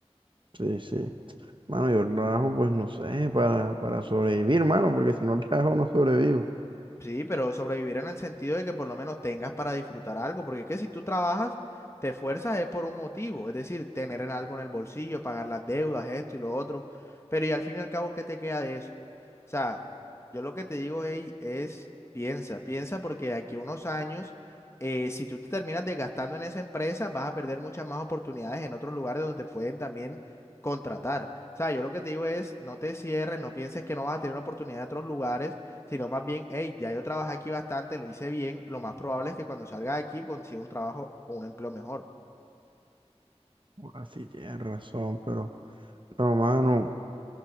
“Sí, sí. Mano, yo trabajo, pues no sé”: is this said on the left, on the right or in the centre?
Right